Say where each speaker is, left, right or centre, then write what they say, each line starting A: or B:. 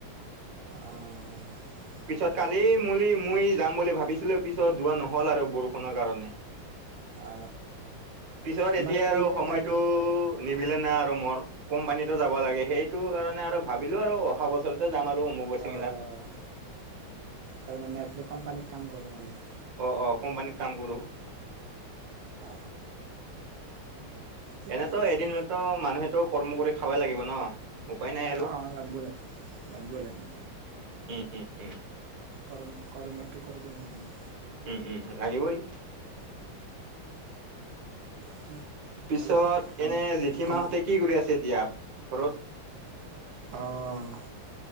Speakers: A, on the right; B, on the right.
A: অহ,
B: পিছত কালি মলি মই যাম বুলি ভাবিছিলো পিছত যোৱা নহল আৰু বৰষুণৰ কাৰণে।
A: অ
B: পিছত
A: আমাৰ
B: এতিয়া
A: এইফালে
B: আৰু সময়তটো
A: কালি
B: নিমিলে না আৰু মৰ কোম্পানীতো যাব লাগে সেইটো কাৰণে আৰু ভাবিলো আৰু অহা বছৰতে যাম। আৰু অম্বুবাচী
A: অ'
B: মেলাত
A: তাৰমানে আপুনি কোম্পানীত কাম কৰে মানে।
B: অ-অ কোম্পানীত কাম কৰোঁ।
A: অ ঠিকে
B: এনেতো
A: আছে
B: এদিনতো মানুহেতো কৰ্ম কৰি খাবাই লাগিব ন। উপায় নাই আৰু
A: অ - অ লাগিব- লাগিব - লাগিব - লাগিব।
B: উম - উম - উম।
A: কৰ্ম - কৰ্মতটো কৰিব লাগিব।
B: উম - উম আহিবই।
A: সেইটোৱে
B: পিছত
A: ভালে কাম
B: এনে জেঠী
A: কাম
B: মাহতে কি কৰি আছে এতিয়া। ঘৰত
A: অ',